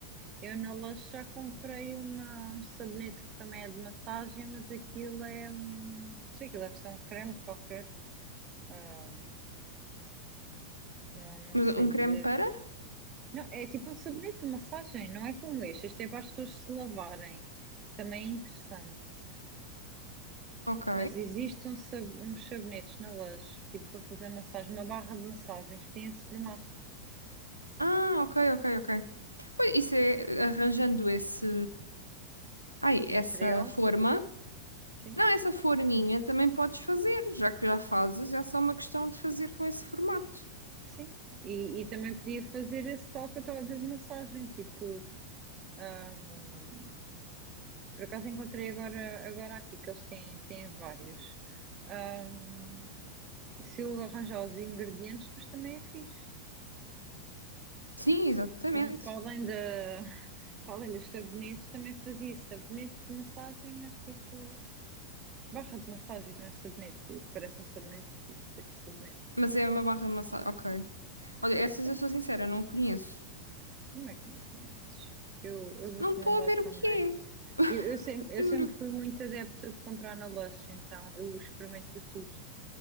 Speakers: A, on the right; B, on the left.
A: eu na loja já comprei uma, um sabonete que também é de massagem, mas aquilo é, hum, não sei, aquilo deve ser um creme qualquer, ah, não, não
B: Mas
A: sei
B: um creme
A: dizer.
B: para?
A: Não, é tipo um sabonete de massagem, não é como este. Este é para as pessoas se lavarem, que também é interessante.
B: Ok.
A: Mas existem um sab- uns sabonetes na Lush, tipo para fazer massagem, uma barra de massagens, tem esse formato
B: Ah, ok, ok, ok. Pois, isso é arranjando esse, ai, essa
A: de material,
B: forma.
A: sim,
B: Não, essa forminha também podes fazer, já que já fazes, é só uma questão de fazer com esse formato.
A: sim. E, e também podia fazer esse tal que eu estava a dizer de massagem, tipo, ahm, por acaso encontrei agora, agora aqui, que eles têm, têm vários. Ahm, se eu arranjar os ingredientes, depois também é fixe.
B: Sim, exatamente.
A: Não, Para além da, <laughs> para além dos sabonetes, também fazia sabonetes de massagem, mas tipo, barra de massagem, não é sabonete. Parece um sabonete e tudo aqui é sabonete.
B: Mas é uma barra de massagem. Ok. Olha, essas
A: Sim,
B: eu sou sincera, não conheço.
A: como é que não conheces? Eu, eu vou-te
B: Não estou
A: mandar
B: a ver
A: também.
B: o que é, <laughs>
A: Eu, eu sempre,
B: juro.
A: eu sempre fui muito adepta de comprar na loja então eu experimento de tudo.